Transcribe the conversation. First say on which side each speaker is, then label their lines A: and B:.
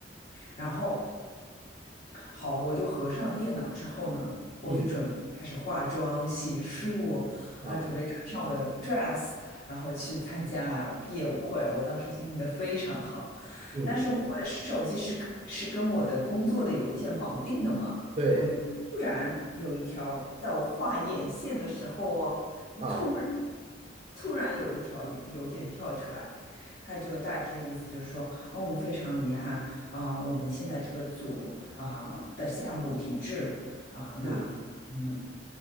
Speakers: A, on the left (about 50°); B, on the right (about 35°).
A: 然后好，我就合上电脑之后呢，我就准备开始化妆、
B: 嗯
A: 洗漱啊，
B: 啊，
A: 准备穿上我的 dress，然后去参加毕业舞会。我当时心情的非常好，
B: 嗯，
A: 但是我的手机是是跟我的工作的邮件绑定的嘛，
B: 对，
A: 我就突然有一条，在我画眼线的时候哦，就突然
B: 啊，
A: 突然有一条邮邮件跳出来，他就大致的意思就是说，哦，我们非常遗憾。啊、我们现在这个组啊、的项目停滞了啊、那嗯，
B: 嗯